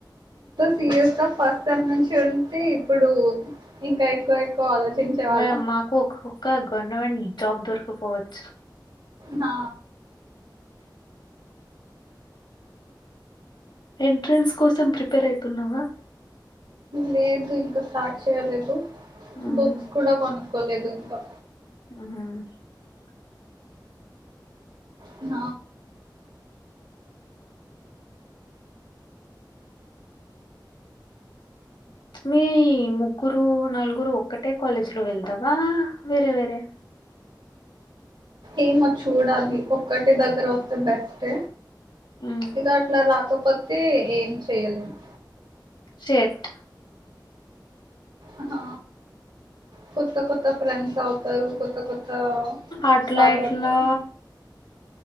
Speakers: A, on the right; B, on the left.
A: సీరియస్ గా ఫస్ట్ సెమ్ నుంచి ఉంటే ఇప్పుడు ఇంకా ఎక్కువ ఎక్కువ ఆలోచించే వాళ్ళం
B: మ్యామ్ మాకు ఒక్క గవర్నమెంట్ జాబ్ దొరకపోవచ్చు
A: నా
B: ఎంట్రెన్స్ కోసం ప్రిపేర్ అవుతున్నావా
A: లేదు ఇంకా స్టార్ట్ చేయలేదు
B: మ్మ్
A: బుక్స్ కూడా కొను కోలేదు ఇంకా
B: మ్
A: న
B: మీ ముగ్గురు నలుగురు ఒక్కటే కాలేజీలో వెళ్దావా వేరే వేరే
A: ఏమో చూడాలి ఒక్కటి దగ్గర వస్తే బెస్ట్
B: మ్మ్
A: ఇగా అట్లా రాకపోతే ఏం చేయలేము
B: షేట్
A: ఆ కొత్త కొత్త ఫ్రెండ్స్ అవుతారు కొత్త కొత్త
B: అట్లా
A: స్టార్ట్
B: ఎట్లా
A: అవుతది